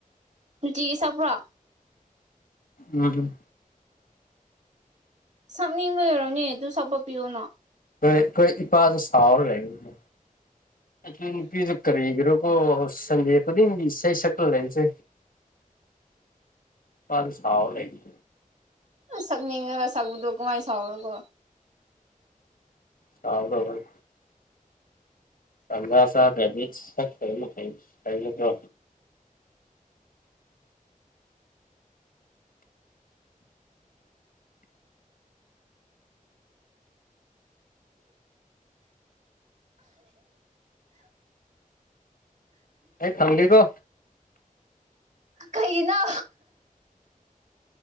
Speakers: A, on the right; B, on the left.
A: ꯅꯨꯡꯇꯤꯒꯤ ꯁꯛꯄ꯭ꯔꯣ
B: ꯎꯝ
A: ꯁꯛꯅꯤꯡꯕꯩ ꯑꯣꯏꯔꯝꯅꯤ ꯑꯗꯨ ꯁꯛꯄ ꯄꯤꯌꯣꯅ
B: ꯍꯣꯏ ꯑꯩꯈꯣꯏ ꯏꯄꯥꯁꯨ ꯁꯥꯎꯔ ꯂꯩꯕꯅꯦ ꯑꯗꯨ ꯅꯨꯄꯤꯗꯨ ꯀꯔꯤꯒꯤꯔꯀꯣ ꯁꯟꯗꯦ ꯈꯨꯗꯤꯡꯒꯤ ꯏꯁꯩ ꯁꯛꯂ ꯂꯩꯕꯁꯦ ꯏꯄꯥꯗꯨ ꯁꯥꯎꯔ ꯂꯩꯕꯅꯦ
A: ꯑꯁ ꯁꯛꯅꯤꯡꯉꯒ ꯁꯛꯄꯗꯣ ꯀꯃꯥꯏ ꯁꯥꯎꯔꯒ
B: ꯀꯥꯎꯗꯧꯕꯅꯤ ꯇꯟꯖꯥ ꯆꯥꯗ꯭ꯔꯗꯤ ꯁꯠ ꯀꯩꯅꯣ ꯀꯩꯅꯣ ꯀꯩꯅꯣꯀꯣ ꯑꯩ ꯊꯝꯒꯦꯀꯣ
A: ꯀꯩꯒꯤꯅꯣ